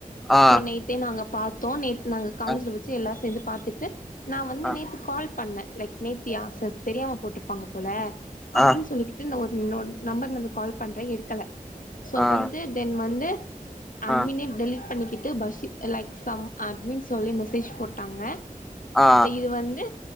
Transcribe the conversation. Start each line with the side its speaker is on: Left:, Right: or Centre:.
Centre: ஆ
Left: சோ நேத்தே நாங்க பாத்தோ நேத்து நாங்க காலேஜ்ல
Centre: அ
Left: வச்சு எல்லா சேர்ந்து பாத்துட்டு நா வந்து
Centre: அ
Left: நேத்து கால் பண்ணே லைக் நேத்தியா ச தெரியாம போட்ருப்பாங்க போல அப்டின்னு
Centre: ஆ
Left: சொல்லி ட்டு நா ஒரு ஒன் நம்பர்லயிருந்து கால் பண்றே எடுக்கல சோ
Centre: ஆ
Left: வந்து தென் வந்து அட்மினே
Centre: ஆ
Left: டெலிட் பண்ணிகிட்டு பஷி லைக் சம் அட்மீன் சொல்லி மெசேஜ் போட்டாங்க
Centre: ஆ
Left: இது வந்து